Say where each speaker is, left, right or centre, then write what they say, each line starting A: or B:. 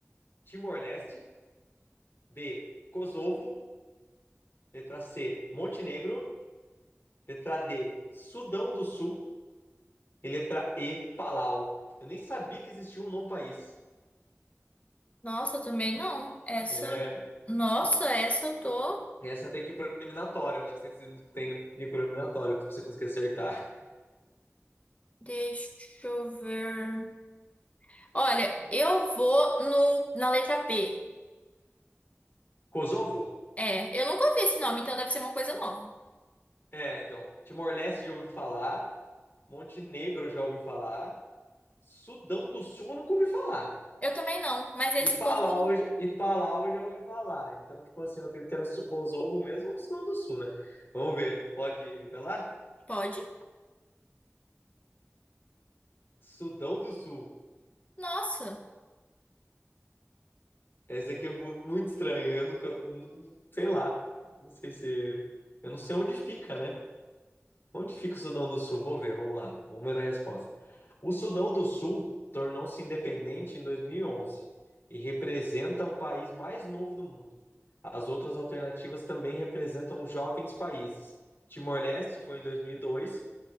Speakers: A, on the left; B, on the left.
A: Timor-Leste. B, Kosovo. Letra C, Montenegro. Letra D, Sudão do Sul. E letra E, Palau. Eu nem sabia que existia um novo país.
B: Nossa, eu também não. Essa.
A: É,
B: Nossa, essa eu tô.
A: essa tem que ir para eliminatória. Eu acho que você tem que ir para eliminatória para você conseguir acertar.
B: Deixa eu ver. Olha, eu vou no, na letra P.
A: Kosovo?
B: É, eu nunca ouvi esse nome, então deve ser uma coisa nova.
A: É, então. Timor-Leste já ouviu falar. Montenegro já ouviu falar. Sudão do Sul eu nunca ouvi falar.
B: Eu também não, mas esse
A: E Palau,
B: cotovelo
A: e Palau eu já ouvi falar. Então, tipo assim, eu acredito que era Kosovo mesmo ou Sudão do Sul, né? Vamos ver. Pode revelar?
B: pode?
A: Sudão do Sul.
B: Nossa.
A: Esse aqui é mu- muito estranho. Eu nunca. nu- Sei lá. Não sei se. Eu não sei onde fica, né? Onde fica o Sudão do Sul? Vou ver, vamos lá. Vamos ver na resposta. O Sudão do Sul tornou-se independente em 2011 e onze e representa o país mais novo do mundo. As outras alternativas também representam jovens países. Timor-Leste foi em 2002,